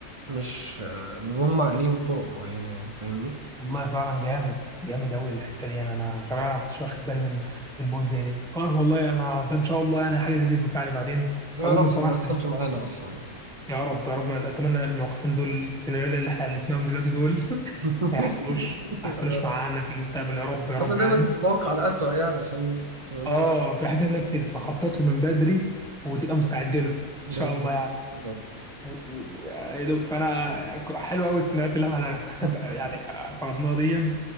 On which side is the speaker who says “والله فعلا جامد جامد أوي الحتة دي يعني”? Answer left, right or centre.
Centre